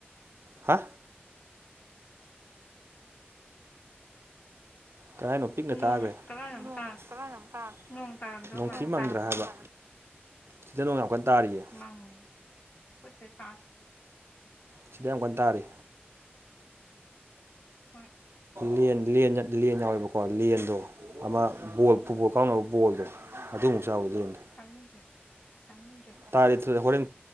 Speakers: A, on the right; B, on the left.
A: ꯍꯥ ꯀ ꯍꯥꯏꯅꯣ ꯄꯤꯛꯅ
B: ꯅꯣꯡ
A: ꯇꯥꯒ꯭ꯔꯦ
B: ꯀꯗꯥꯏꯅꯣꯝ
A: <unintelligible>
B: ꯇꯥꯔꯦ
A: ꯍꯥ‌
B: ꯅꯣꯡ ꯇꯥꯔꯝꯗꯧ
A: ꯅ‌ꯣꯡꯊꯤ
B: ꯃꯥꯜꯂꯦ
A: ꯃꯪꯗ꯭ꯔꯥ
B: ꯀꯥꯏꯗꯅꯣꯝ
A: ꯍꯥꯏꯕ ꯁꯤꯗ ꯅꯣꯡ ꯌꯥꯝ ꯀꯟꯅ ꯇꯥꯔꯤꯌꯦ
B: ꯃꯡꯉ‌ꯦ ꯈ‌ꯣꯏ <unintelligible>
A: ꯁꯤꯗ ꯌꯥꯝ ꯀꯟꯅ ꯇꯥꯔꯤ
B: ꯍꯣꯏ
A: ꯂ‌ꯦꯟ ꯂ‌ꯦꯟꯌꯠ
B: ꯎꯝ
A: ꯂ‌ꯦꯟ ꯌꯥꯎꯋꯦꯕ ꯀꯣ ꯂꯦꯟꯗꯣ ꯑꯃ ꯕꯣꯜ ꯐꯨꯠꯕꯣꯜ ꯀꯥꯎꯅꯕ ꯕꯣꯜꯗꯣ ꯑꯗꯨꯃꯨꯛ ꯆꯥꯎꯋꯤ ꯂꯦꯟꯗꯣ
B: ꯀꯡꯗ꯭ꯔ‌ꯦ ꯇꯥꯅꯤꯡꯗ꯭ꯔ‌ꯦ
A: ꯇꯥꯔꯤ ꯍꯣꯔꯦꯟ